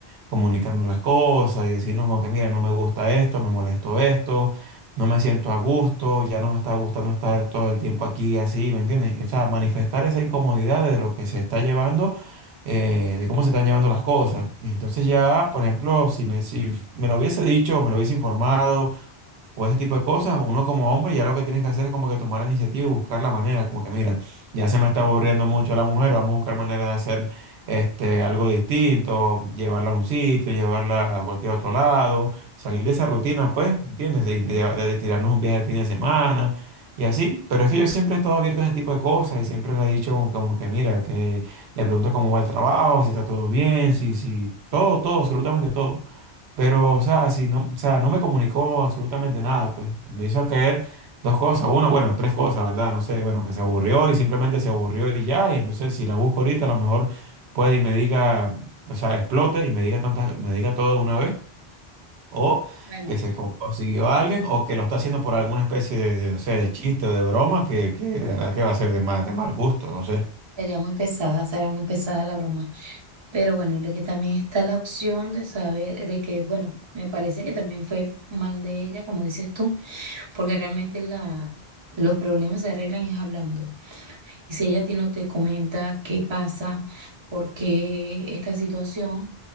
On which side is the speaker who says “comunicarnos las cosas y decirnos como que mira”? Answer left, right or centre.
Right